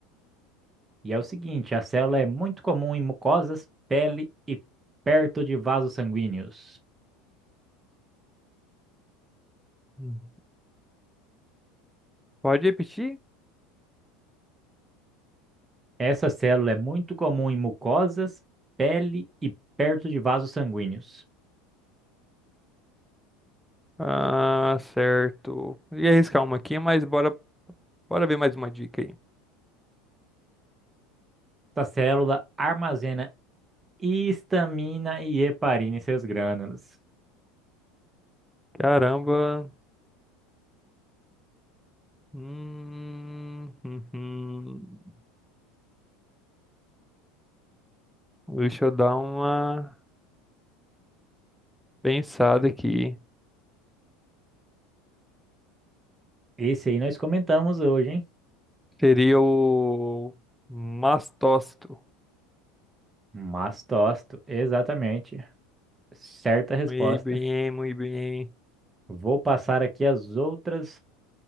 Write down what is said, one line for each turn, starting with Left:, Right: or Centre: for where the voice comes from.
Right: E é o seguinte, a célula é muito comum em mucosas, pele e perto de vasos sanguíneos.
Centre: Hum. Pode repetir?
Right: Essa célula é muito comum em mucosas, pele e perto de vasos sanguíneos.
Centre: Ah, certo. Ia arriscar uma aqui, mas bora, bora ver mais uma dica aí.
Right: Essa célula armazena histamina e heparina em seus grânulos.
Centre: Caramba. Hum, uhum. Deixa eu dar uma pensada aqui.
Right: Esse aí nós comentamos hoje, hein?
Centre: Seria o mastócito.
Right: Mastócito, exatamente. Certa resposta.
Centre: Muito bem, muito bem.
Right: Vou passar aqui as outras